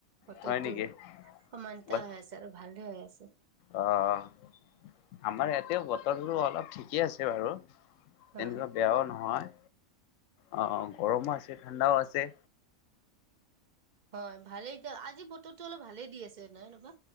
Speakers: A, on the right; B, on the left.
A: বতৰটো
B: হয় নেকি?
A: সমানতা
B: ৱাচ,
A: হৈ আছে আৰু ভালে হৈ আছে
B: অ' আমাৰ ইয়াতেও বত তৰটো অলপ ঠিকে আছে বাৰু। তেনকুৱা
A: হয়
B: বেয়াও নহয়। অ' গৰমো আছে, ঠাণ্ডাও আছে।
A: হয় ভালেই দিয়। আজি বতৰতো অলপ ভালেই দি আছে নাই নবা।